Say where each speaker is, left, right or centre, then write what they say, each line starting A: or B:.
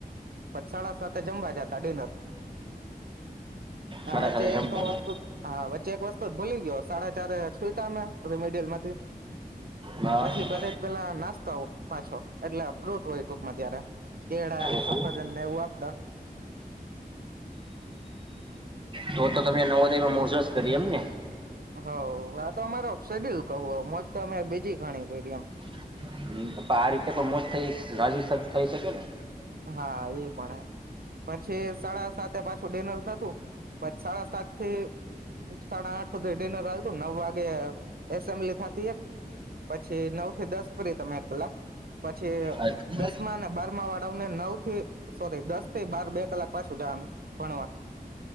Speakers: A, on the right; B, on the right.
A: પછ સાડા સાતે જમવા જાતા ડિનર. હા
B: સાડા
A: વચ્ચે
B: સાતે
A: એક
B: જમવાનું
A: તો વસ્તુ હા વચ્ચે એક વસ્તુ જ ભૂલી ગયો સાડા ચારએ છૂયટા અમે બધું <unintelligible> માંથી
B: હા
A: પછી બધા જ પેલા નાસ્તા પાછો એટલે ફ્રૂટ હોય તો માં ત્યારે, કેળાન
B: ઓહો
A: સફરજનને એવું આપતા
B: તો-તો તમે નવોદયમાં મોજ જ કરી એમને.
A: હોવ, આ તો અમારો શેડ્યુલ કવ હું, મોજ તો અમે બીજી ઘણી કયરી એમ.
B: હમ્મ. પણ આ રીતે પણ મોજ થઈ હશે કા થઈ શકે ને?
A: હા એ પણ. પછી સાડા સાતે પાછું ડિનર થતું, પછ સાડા સાત થી સાડા આઠ હુધી ડિનર હાલતું, નવ વાગે એસેમ્બલી થાતી એક પછી નવ થી દસ કરી તમે એક કલાક, પછી
B: અચ્છા,
A: દસમા અને બારમા વા ળાવને નવ થી સોરી દસ થી બાર બે કલાક પાછું જાવાનું ભણવા.